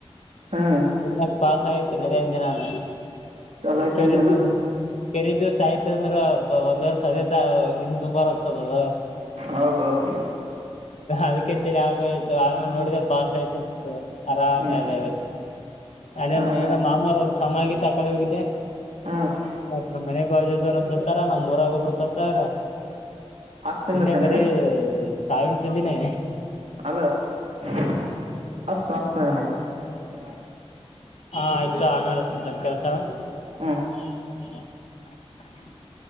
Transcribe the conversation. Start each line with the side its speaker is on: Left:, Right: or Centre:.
Right: ಹ್ಞೂ
Left: ಪುಣ್ಯಕ್ ಪಾಸ್ ಆಗಿತ್ ನಡಿ ಅಂದೆ ನಾನ.
Right: ಚಲೋ ಆಯ್ತು
Left: ಕೆರೀದು
Right: ಅಂದೇನ
Left: ಕೆರೀದು ಸಹಿತ. ಅಂದ್ರ ಒಂದ್ ವರ್ಷ ಸದೆತ ಇನ್ ದುಬಾರ ಆಗ್ತದದ.
Right: ಹೌದೌದು.
Left: ಅದಕ್ಕೆ ತೇಲಿ ಹಾಫ್. <unintelligible> ತೋ ಆಮೇಲೆ ನೋಡಿದ ಫಾಸ್ ಆಯ್ತುು ಆರಾಮ
Right: ಹ್ಞೂ
Left: ಅದೇ. ಅಲ್ಲೇನು
Right: ಹಾಂ
Left: ಏನ ಮಾಮಾರ ಸನ್ನಾಗಿದ್ದ ಆಕಡೆ ಹೋಗಿದ್ದೆ
Right: ಹಾಂ
Left: ಮತ್ತತ್ ನಮ್ಮ್ ಮನೆ ಬಾಜದವರು. ಸತ್ತಾರ ನಮ್ಮ್ ಊರಾಗ ಒಬ್ಬ್ರ ಸತ್ತಾರ
Right: ಅಷ್ಟು ನಿಂದಿರಿ
Left: ನಿನ್ನೆ
Right: ನನಗೆ
Left: ಬರೆ. ಸಾವಿನ ಸುದ್ದಿನೆ.
Right: ಅಲ. <unintelligible>
Left: ಹಾ ಆಯ್ತು ತೋ ಆಮೇಲೆ ಹಚತಿನಿ ಸಲ್ಪ ಕೆಲಸ ಅವ.
Right: ಹ್ಮ್ಹ್.
Left: <inaudible>